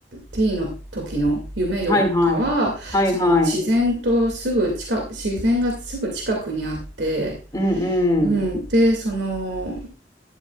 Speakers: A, on the right (about 80°); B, on the left (about 20°).
A: ティーの時の夢よりかは、
B: はいはい。はいはい。
A: その自然とすぐ近く、自然がすぐ近くにあって、
B: うん
A: うん、
B: うん。
A: で、その、